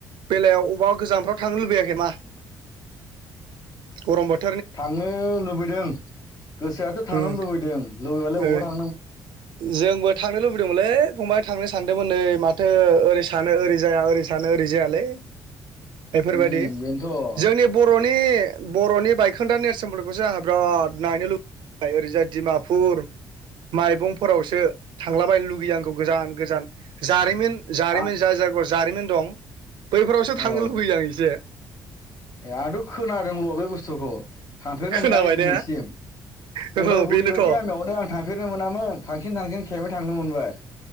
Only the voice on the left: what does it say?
थांनो लुबैदों गोसोआथ' थांनो
लुबैदों लुबैबालाय बहा
थां
उम बेनोथ'
आं
औ
ए आंथ' खोनादोंल' बे बुस्थुखौ, थांफेरनो
मोनाखै दिनैसिम
अदालगुरि
बायदि गामियावनो आं थांफेरनो मोनामोन थांसिन थांसिन खेबै थांनो मोनबाय